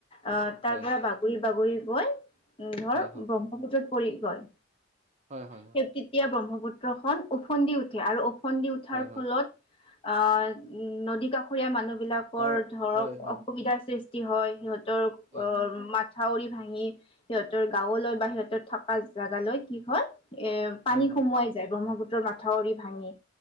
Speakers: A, on the left (about 30°); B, on the right (about 35°).
A: অহ তাৰ
B: হয়,
A: পৰা বাগৰি বাগৰি গৈ উ ধৰ
B: হয়, হয়,
A: ব্ৰহ্মপুত্ৰত পৰি গ'ল
B: হয়, হয়, হয়,
A: সেই তেতিয়া ব্ৰহ্মপুত্ৰখনন ওফন্দি উঠে আৰু ওফন্দি উঠাৰ
B: হয়, হয়,
A: ফলত আহ নদী কাষৰীয়া মানুহ বিলাকৰ
B: তাৰ
A: ধৰক
B: হয়, হয়,
A: অসুবিধাৰ সৃষ্টি হয় সিহঁতৰ অ
B: হয়,
A: মাথাউৰি ভাঙি সিহঁতৰ গাঁৱলৈ বা সিহঁতৰ থকা জেগালৈ কি হয় এ পানী
B: হয়, হয়,
A: সোমোৱাই যায় ব্ৰহ্মপুত্ৰৰ মাথাউৰি ভাঙি